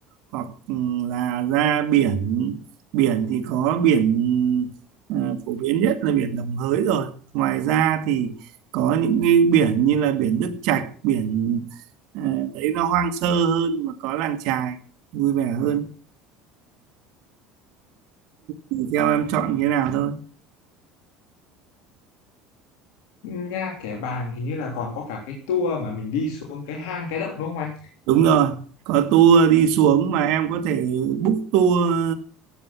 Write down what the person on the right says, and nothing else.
hoặc ừ, là ra biển biển thì có biển à, phổ biến nhất là biển Đồng Hới rồi ngoài ra thì có những cái biển như là biển Đức Trạch biển à, đấy nó hoang sơ hơn mà có làng chài vui vẻ hơn thì theo em chọn cái nào thôi
Đúng rồi, có tour đi xuống mà em có thể book tour